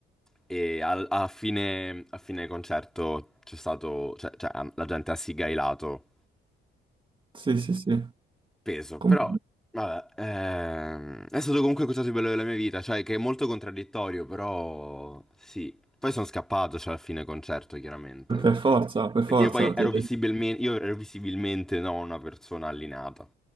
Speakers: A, in the centre; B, on the right.
A: E al- a, fine, a fine concerto c'è stato, cioè, cioè, la gente ha sigailato
B: Sì, sì, sì.
A: peso,
B: Com-
A: però vabbè, ehm, è stato comunque il cosa più bello della mia vita, cioè che è molto contraddittorio, però sì. Poi sono scappato, cioè, alla fine concerto, chiaramente,
B: Per
A: perché,
B: forza, per
A: perché
B: forza.
A: io poi ero
B: ti-
A: visibilmente, io ero visibilmente no, una persona allineata,